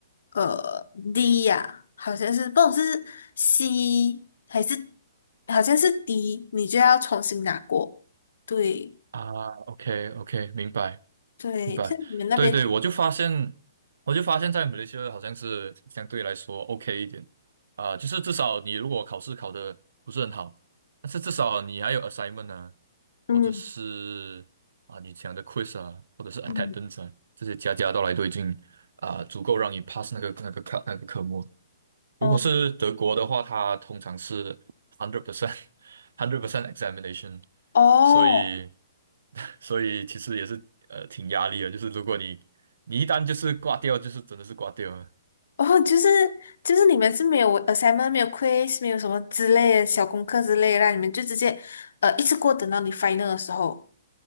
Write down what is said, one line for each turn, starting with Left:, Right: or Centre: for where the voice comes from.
Left: 呃，D 呀、好像是，不懂是 C 还是好像是 D，你就要重新拿过。对
Right: 啊，OK OK，明白。
Left: 对，
Right: 明白，
Left: 在你们那边，
Right: 对对，我就发现，我就发现，在马来西亚好像是相对来说 OK 一点啊、就是至少你如果考试考的不是很好，但是至少你还有 assignment 啊，
Left: 嗯
Right: 或者是啊你讲的 quiz 啊，或者是 attendance
Left: 嗯，
Right: 啊，这些加加到来都已经啊、足够让你 pass 那个那个课那个科目。如果是德国的话，
Left: 哦
Right: 它通常是 hundred percent <laughs> hundred percent examination，
Left: 哦
Right: 所以 <laughs> 所以其实也是呃挺压力的，就是如果你你一旦就是挂掉，就是真的是挂掉了。
Left: 哦，就是就是你们是没有 assignment、没有 quiz、没有什么之类的小功课之类的啦，你们就直接呃一次过等到你 final 的时候。